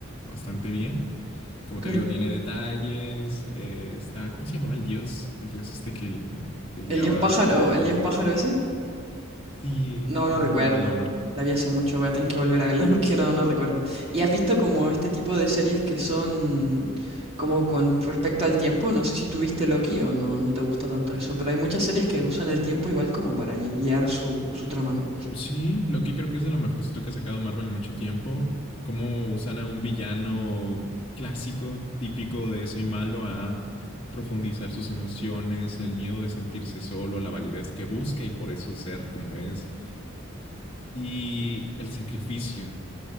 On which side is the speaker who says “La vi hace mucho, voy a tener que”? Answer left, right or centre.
Right